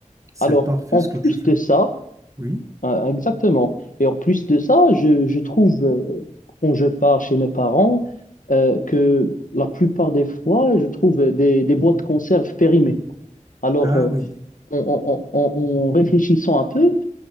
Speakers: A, on the right; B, on the left.
A: c'est
B: Alors,
A: parfait
B: en
A: ce
B: plus
A: que tu fais.
B: de ça,
A: Oui.
B: euh, exactement. Et en plus de ça, je, je trouve, euh, quand je pars chez mes parents, euh, que la plupart des fois, je trouve des, des boîtes de conserve périmées. Alors,
A: Ah
B: euh,
A: oui,
B: en, en- en- en- en réfléchissant un peu,